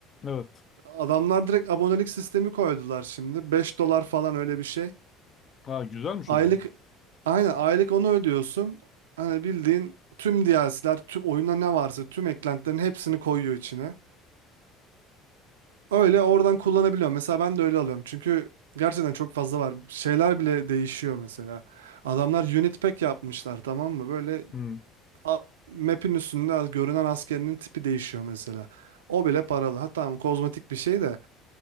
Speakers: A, on the left; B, on the right.
A: Evet.
B: Adamlar direkt abonelik sistemi koydular şimdi. 5 dolar falan öyle bir şey.
A: Ha güzelmiş
B: Aylık
A: o zaman.
B: aynen aylık onu ödüyorsun. Hani bildiğin tüm DLC'ler, tüm oyunda ne varsa tüm eklentilerin hepsini koyuyor içine. Öyle oradan kullanabiliyorum. Mesela ben de öyle alıyorum. Çünkü gerçekten çok fazla var. Şeyler bile değişiyor mesela. Adamlar unit pack yapmışlar tamam mı? Böyle
A: Hı.
B: a- map'in üstünde görünen askerinin tipi değişiyor mesela. O bile paralı. Ha tamam kozmetik bir şey de